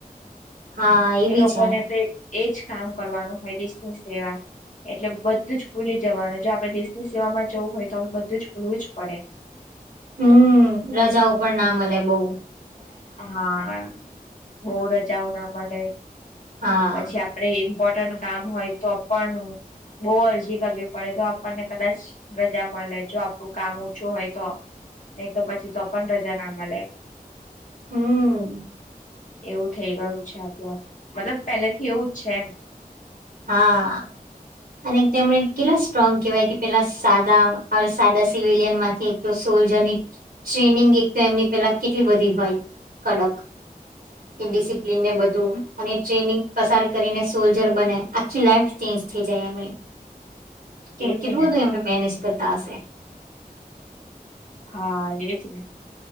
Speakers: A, on the right; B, on the left.
A: હા એબી
B: એ લોકોને
A: છે.
B: તો એજ કામ કરવાનું હોય દેશની સેવા. એટલે બધું જ ભૂલી જવાનું જો આપડણે દેશની સેવામાં જવું હોય તો આપડે બધું જ ભૂલવું જ પડે. <inaudible>
A: હમ્મ રજાઓ પણ ના મળે બહું.
B: હા બહું રજાઓ ના મળે.
A: હા
B: પછી આપડે ઇમ્પોર્ટન્ટ કામ હોય તો પણ બહુ અરજી કરવી પડે. તો આપણને કદાચ રજા મળે. જો આપણું કામ ઓછું હોય તો. નહી તો પછી તોપન રજા ના મળે.
A: હમ્મ.
B: એવું થઈ ગયું છે. અત્યારે મતલબ પેલેથી એવું જ છે એમ.
A: હા. અને તેમણે કેટલા સ્ટ્રોંગ કેવાય કે પેલા સાદા સાદા સિવિલિયન માંથી એક <unintelligible> ટ્રેનિંગ એક તો એમની પેલા કેટલી બધી હોય કડક એ ડિસિપ્લીન ને બધું અને ટ્રેનિંગ પસાર કરીને સોલ્જર બના આખી લાઈફ ચેન્જ થઈ જાય. એમની
B: એજ
A: કેમ કેટલું
B: ને
A: બધું એમને મેનેજ કરતા હશે.
B: હા એજ ને